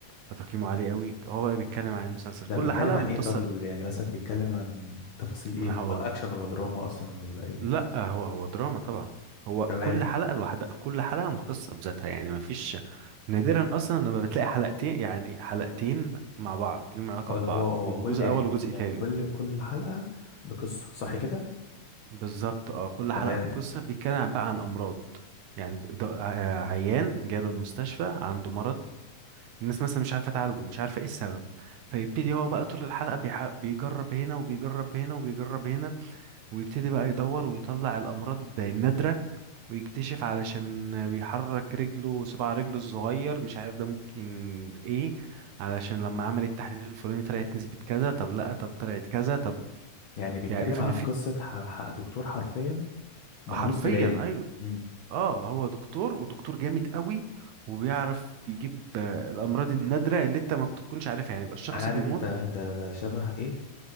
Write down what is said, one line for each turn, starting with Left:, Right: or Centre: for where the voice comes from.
Right: فتقييمه عالي قوي هو بقى بيتكلم عن المسلسل
Left: ده
Right: كل
Left: بيتكلم
Right: حلقة
Left: عن
Right: مختصة
Left: ايه طب ال- يعني مثلا بيتكلم عن تفاصيل
Right: ما
Left: ايه
Right: انا هقول
Left: او اكشن ولا دراما اصلا ولا ايه
Right: لا هو هو دراما طبعا هو
Left: تمام
Right: كل حلقة لوحدها كل حلقة مختصة بذاتها يعني ما فيش نادرا اصلا لما بتلاقي حلقتين يعني حلقتين مع بعض ليهم علاقة
Left: اه
Right: ببعض
Left: اللي هو هو
Right: بيبقوا
Left: كل
Right: جزء
Left: يعني
Right: اول وجزء
Left: يعني
Right: تاني
Left: كل كل حلقة بقصة صح
Right: مم.
Left: كده؟
Right: بالظبط اه كل
Left: تمام
Right: حلقة بقصة بيتكلم بقى عن امراض يعني د- ع- عيان جاله المستشفى عنده مرض الناس مثلا مش عارفة تعالجه مش عارفة ايه السبب فيبتدي هو بقى طول الحلقة بيح- بيجرب هنا وبيجرب هنا وبيجرب هنا ويبتدي بقى يدور ويطلع الأمراض النادرة ويكتشف علشان بيحرك رجله صباع رجله الصغير مش عارف ده ممكن ايه علشان لما عمل التحليل الفلاني طلعت نسبة كذا طب لا طب طلعت كذا طب
Left: يعني بيتكلم
Right: يعني فين
Left: عن
Right: في
Left: قصة ح- ح- دكتور حرفيا مهووس
Right: حرفيا
Left: بالعلم
Right: ايوه
Left: امم
Right: اه هو دكتور ودكتور جامد قوي وبيعرف يجيب آه، الامراض النادرة اللي انت ما تكونش عارفها يعني يبقى الشخص
Left: عارف
Right: بيموت
Left: ده ده ده شبه ايه